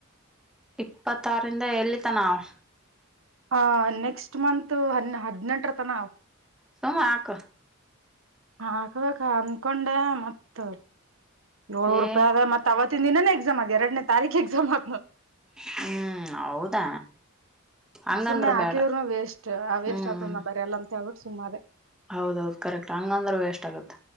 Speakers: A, in the centre; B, on the right.
A: ಇಪ್ಪತ್ತಾರಂದ ಎಲ್ಲಿಿತ ನಾವು
B: ಹ ನೆಕ್ಸ್ಟ್ ಮಂತ್ ಹ ಹದ್ಿನೆಂಟರ ತನ ಆವ್
A: ಸುಮ್ಮ ಹಾಕ್
B: ಹಾಕ್ಬೇಕ ಅನ್ಕೊಂಡೆ ಮತ್ತ ಏಳೂರು
A: ಏ
B: ರೂಪಿದ ಮತ್ತ ಅವತ್ತಿನ ದಿನಾನ ಎಕ್ಸಾಮ್ ಆದ ಎರನೇ ತಾರೀಕ್ ಎಕ್ಸ್ಮ
A: ಹ್ಮ್ ಹೌದಾ ಹಂಗಂದ್ರ
B: ಸುಮ್ಮನೆ ಹಾಕಿದ್ರ್ನು
A: ಬೇಡ
B: ವೇಸ್ಟ್ ಆ ವೇಸ್ಟ್
A: ಹ್ಮ್
B: ಆದರುನ ಬರಿಯಲ್ಲ ಅಂತೇಳ್ಬಿಟ್ಟು ಸುಮ್ಮಾದ್ಯಾ
A: ಹೌದೌದು ಕರೆಕ್ಟ್ ಹಂಗಂದ್ರ ವೇಷ್ಟ್ ಆಗುತ್ತ